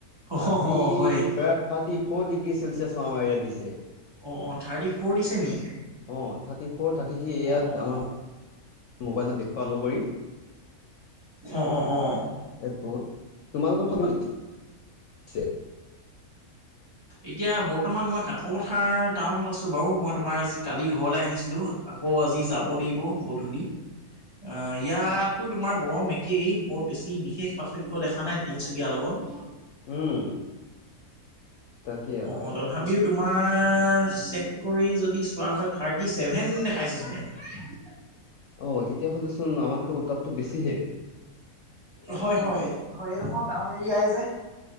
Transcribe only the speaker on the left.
আজি
প্ৰায় থাৰ্টি ফ'ৰ ডিগ্ৰী চেলচিয়াছ আমাৰ ইয়াত দিছে।
অ থাৰ্টি ফ'ৰ থাৰ্টি থ্ৰী এয়াত
আমাৰ
মোবাইলত দেখুওৱা অনুসৰি।
এই ত'ত তোমালোক <unintelligible> আ'।
<unintelligible>
উম'। তাকেই আকৌ
অ' তেতিয়াহ'লে চোন আমাতক উত্তাপটো বছি হে।